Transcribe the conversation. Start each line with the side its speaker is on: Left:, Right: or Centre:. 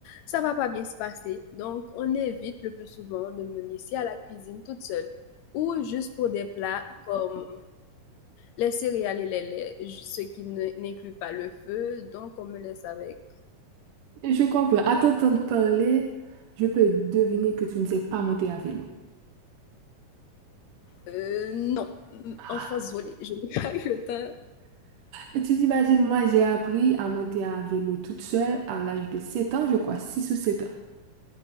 Left: ça va pas bien se passer. Donc, on évite le plus souvent de me laisser à la cuisine toute seule. Ou juste pour des plats comme les céréales et les laits, ju- ce qui ne- n'inclut pas le feu. Donc, on me laisse avec
Right: Je comprends. À t'entendre parler, je peux deviner que tu ne sais pas monter à vélo.
Left: Euh, non.
Right: Ah,
Left: Enfants, désolée, je n'ai pas eu le temps.
Right: et tu t'imagines, moi, j'ai appris à monter à vélo toute seule à l'âge de 7 ans, je crois, 6 ou 7 ans.